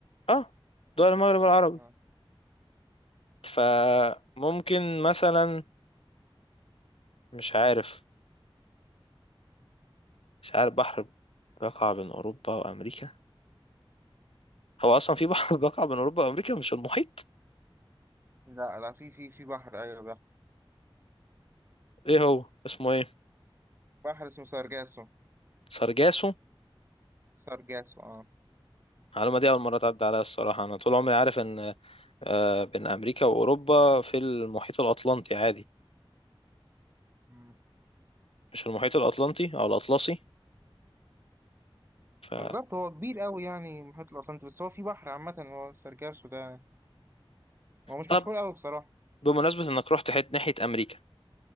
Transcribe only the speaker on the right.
اه
لا لا في في في بحر أيوه بحر
بحر اسمه سارجاسو
سارجاسو اه
مم.
بالظبط هو كبير قوي يعني المحيط الأطلنطي بس هو في بحر عامة هو سارجاسو ده هو مش
مشهور قوي بصراحة